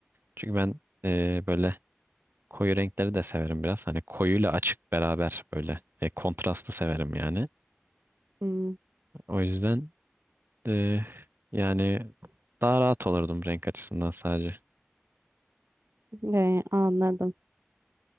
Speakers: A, on the right (about 55°); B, on the right (about 80°).
A: Çünkü ben e, böyle Koyu renkleri de severim biraz. Hani koyuyla açık beraber böyle e, kontrastı severim yani.
B: Hmm,
A: O yüzden e, yani daha rahat olurdum renk açısından sadece.
B: e, anladım.